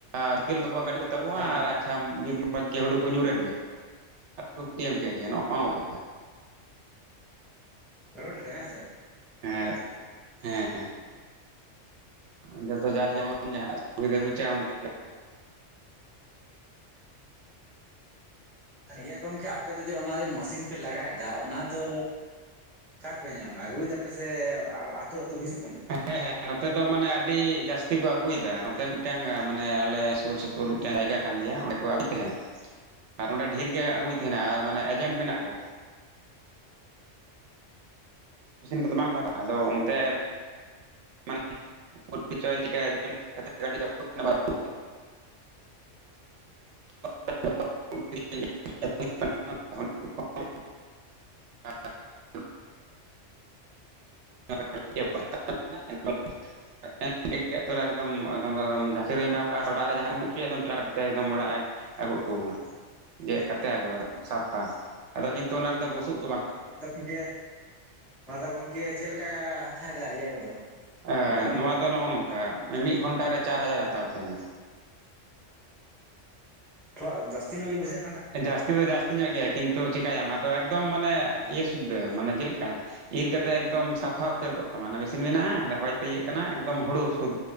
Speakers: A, on the right; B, in the centre.
A: ᱟᱨᱠᱮᱞ <unintelligible> ᱜᱟᱹᱰᱤ ᱠᱚ ᱛᱟᱵᱚᱜᱼᱟ
B: ᱦᱮᱸ
A: ᱟᱨ ᱟᱪᱪᱷᱟᱛ ᱚᱡᱽ ᱜᱮ ᱦᱩᱲᱩ ᱠᱚ ᱧᱩᱨᱮᱱ ᱜᱮ ᱟᱨᱠᱚ ᱮᱢ ᱠᱮᱫ ᱜᱮ ᱱᱚᱜᱼᱚ ᱱᱚᱝᱠᱟ
B: ᱨᱳᱰ ᱨᱮ ᱦᱮᱸ ᱥᱮ
A: ᱦᱮᱸ ᱦᱮᱸ ᱦᱮᱸ ᱡᱚᱛᱚ ᱡᱟᱨ ᱡᱮᱢᱚᱱ ᱡᱟᱦᱟᱸ ᱴᱟᱜ ᱥᱩᱵᱤᱫᱟᱭ ᱵᱩᱡᱷᱟᱹᱜᱣᱟ ᱩᱱᱠᱩ
B: ᱟᱨ ᱤᱭᱟᱹ ᱜᱚᱢᱠᱮ ᱟᱯᱮ ᱫᱚ ᱡᱮ ᱚᱱᱟ ᱢᱮᱥᱤᱱ ᱯᱮ ᱞᱟᱜᱟᱭᱮᱫᱟ ᱚᱱᱟ ᱫᱚ ᱚᱠᱟᱨᱮ ᱯᱮ ᱧᱟᱢᱟ ᱟᱹᱜᱩᱭᱮᱫᱟᱯᱮ ᱥᱮ ᱟᱹᱛᱩ ᱟᱹᱛᱩ ᱦᱤᱡᱩᱜ ᱠᱟᱱᱟ
A: ᱦᱮᱸ ᱦᱮᱸ ᱱᱚᱛᱮ ᱫᱚ ᱢᱟᱱᱮ ᱟᱹᱰᱤ ᱡᱟᱹᱥᱛᱤ ᱠᱚ ᱟᱹᱜᱩᱭᱮᱫᱟ ᱱᱚᱛᱮ ᱢᱤᱫᱴᱟᱝ ᱢᱟᱱᱮ ᱟᱞᱮ ᱥᱩᱨ ᱥᱩᱯᱩᱨ ᱢᱤᱫᱴᱟᱝ ᱡᱟᱭᱜᱟ ᱠᱟᱱ ᱜᱮᱭᱟ ᱚᱸᱰᱮ ᱠᱚ ᱟᱹᱜᱩᱭ ᱛᱟᱦᱮᱱᱟ᱾
B: <inaudible>
A: ᱟᱨ ᱚᱸᱰᱮ ᱰᱷᱮᱨ ᱜᱮ
B: ᱦᱮᱸ
A: ᱟᱹᱜᱩᱭ ᱛᱟᱦᱮᱸᱱᱟ ᱟᱨ ᱢᱟᱱᱮ ᱮᱡᱮᱱᱴ ᱢᱮᱱᱟᱜ ᱠᱚ ᱢᱮᱥᱤᱱ ᱠᱚᱫᱚ ᱵᱟᱝᱠᱚ ᱦᱟᱛᱟᱜᱼᱟ ᱟᱫᱚ ᱚᱱᱛᱮ ᱢᱟᱱᱮ ᱪᱚᱭ <unintelligible>
B: <inaudible>
A: <unintelligible> <unintelligible> <unintelligible>
B: <inaudible>
A: <unintelligible> ᱚᱲᱟᱜ ᱨᱮ ᱡᱟᱦᱟᱸ ᱨᱮᱢ ᱩᱵ ᱚᱪᱚᱭᱟ ᱴᱨᱟᱠ ᱛᱮᱠ ᱚᱲᱟᱜ ᱮ ᱟᱹᱜᱩᱴᱚ ᱟᱢᱟ ᱜᱮᱫ ᱠᱟᱛᱮ ᱟᱹᱜᱩ ᱥᱟᱯᱷᱟ ᱟᱫᱚ ᱠᱤᱱᱛᱩ ᱚᱱᱟ ᱨᱮᱫᱫᱚ ᱵᱩᱥᱩᱵ ᱟ
B: ᱚᱱᱟ ᱫᱚ ᱜᱚᱢᱠᱮ ᱚᱱᱟ ᱫᱚ ᱜᱚᱢᱠᱮ ᱪᱮᱫ ᱞᱮᱠᱟ ᱦᱟᱛᱟᱣᱮᱫᱟ ᱤᱭᱟᱹ ᱠᱚᱫᱚ
A: ᱮ
B: ᱜᱚᱱᱚᱝ
A: ᱱᱚᱣᱟ
B: ᱠᱚᱫᱚ
A: ᱫᱚ ᱱᱚᱜᱼᱚ ᱱᱚᱝᱠᱟ ᱢᱤᱫ ᱜᱷᱚᱱᱴᱟᱮ ᱪᱟᱨ ᱦᱟᱡᱟᱨ ᱦᱟᱛᱟᱣ ᱛᱟᱦᱮᱱᱟ᱾
B: ᱛᱷᱚᱲ ᱡᱟᱹᱥᱛᱤ ᱱᱟ ᱜᱮ ᱵᱩᱡᱟ
A: ᱡᱟᱹᱥᱛᱤ ᱫᱚ ᱡᱟᱹᱥᱛᱤ ᱧᱚᱜ ᱜᱮᱭᱟ ᱠᱤᱱᱛᱩ ᱪᱤᱠᱟᱹᱭᱟᱢ ᱟᱫᱚ ᱮᱠᱫᱚᱢ ᱢᱟᱱᱮ ᱤᱭᱟᱹ ᱥᱩᱫᱽᱫᱷ ᱢᱟᱱᱮ ᱪᱮᱫ ᱞᱮᱠᱟ ᱤᱨ ᱠᱟᱛᱮ ᱮᱠᱫᱚᱢ ᱥᱟᱯᱷᱟ ᱩᱛᱟᱹᱨ ᱠᱚᱜ ᱛᱟᱢᱟ ᱢᱮᱥᱤᱱ ᱢᱮᱱᱟᱜᱼᱟ ᱟᱫᱚ ᱦᱚᱭ ᱛᱮ ᱤᱭᱟᱹᱜ ᱠᱟᱱᱟ ᱮᱠᱫᱚᱢ ᱦᱩᱲᱩ ᱥᱩᱫᱽ